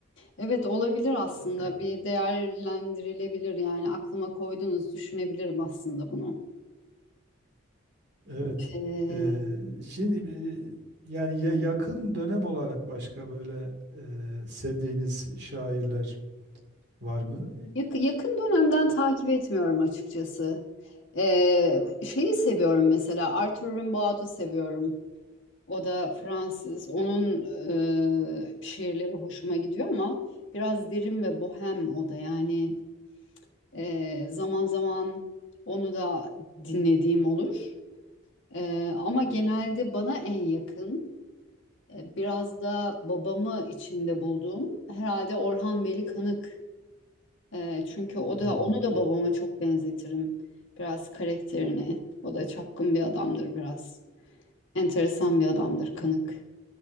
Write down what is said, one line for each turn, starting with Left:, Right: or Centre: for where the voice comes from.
Left: evet olabilir aslında. Bir değerlendirilebilir yani aklıma koydunuz düşünebilirim aslında bunu.
Right: Evet.
Left: E,
Right: Eee, şimdi eee, yani ya- yakın dönem olarak başka böyle eee, sevdiğiniz şairler var mı?
Left: Yak- Yakın dönemden takip etmiyorum açıkçası. Ee, şeyi seviyorum mesela Arthur Rimbaud'u seviyorum. O da Fransız. Onun e, şiirleri hoşuma gidiyor ama biraz derin ve bohem o da. Yani e, zaman zaman onu da dinlediğim olur. E, ama genelde bana en yakın, e, biraz da babamı içinde bulduğum herhalde Orhan Veli Kanık Ee, çünkü o
Right: Hmm.
Left: da onu da babama çok benzetirim. Biraz karakterini. O da çapkın bir adamdır biraz. Enteresan bir adamdır, kanık.